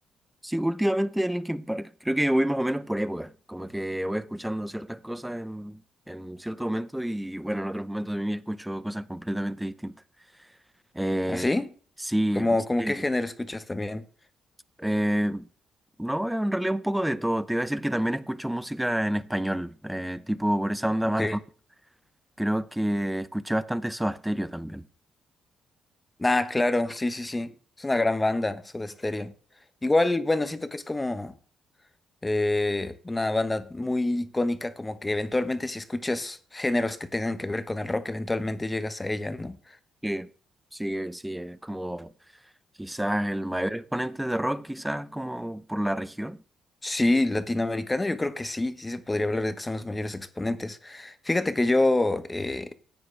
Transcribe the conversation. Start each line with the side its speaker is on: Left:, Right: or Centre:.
Centre: Sí, últimamente en Linkin Park. Creo que voy más o menos por época. Como que voy escuchando ciertas cosas en, en ciertos momentos y bueno, en otros momentos de mi vida escucho cosas completamente distintas. Eh,
Left: ¿Así?
Centre: sí,
Left: ¿Como como
Centre: sí,
Left: qué género escuchas también?
Centre: eh, no, en realidad un poco de todo. Te iba a decir que también escucho música en español, eh, tipo por esa onda
Left: Ok.
Centre: más rock. Creo que escuché bastante Soda Stereo también.
Left: Ah, claro, sí, sí, sí. Es una gran banda, Soda Stereo. Igual, bueno, siento que es como eh, una banda muy icónica, como que eventualmente si escuchas géneros que tengan que ver con el rock, eventualmente llegas a ella, ¿no?
Centre: Sí, sí, sí, es como quizás el mayor exponente de rock, quizás como por la región.
Left: Sí, latinoamericano, yo creo que sí, sí se podría hablar de que son los mayores exponentes. Fíjate que yo eh,